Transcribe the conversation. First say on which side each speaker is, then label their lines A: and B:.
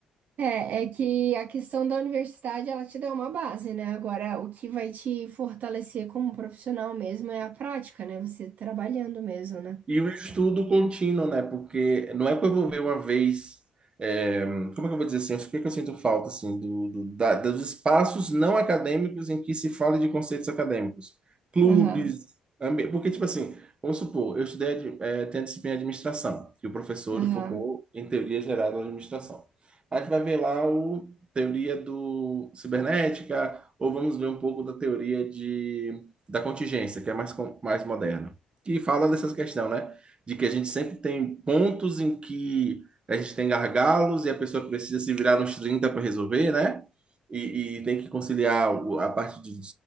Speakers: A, on the right (about 60°); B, on the right (about 35°).
A: É, é que a questão da universidade, ela te dá uma base, né? Agora, o que vai te fortalecer como profissional mesmo é a prática, né? Você trabalhando mesmo, né?
B: E o estudo contínuo, né? Porque não é que eu vou ver uma vez. é, como é que eu vou dizer assim? O que é que eu sinto falta, assim, do, do- da- dos espaços não acadêmicos em que se fala de conceitos acadêmicos. Clubes,
A: Aham,
B: ambi- porque, tipo assim, vamos supor, eu estudei, admi- é, tem a disciplina de administração, que o professor
A: aham.
B: ele focou em teoria geral da administração. A gente vai ver lá o teoria do cibernética, ou vamos ver um pouco da teoria de, da contingência, que é mais, com- mais moderna que fala dessas questões, né? De que a gente sempre tem pontos em que a gente tem gargalos e a pessoa precisa se virar nos 30 para resolver, né? E, e tem que conciliar o- a parte de-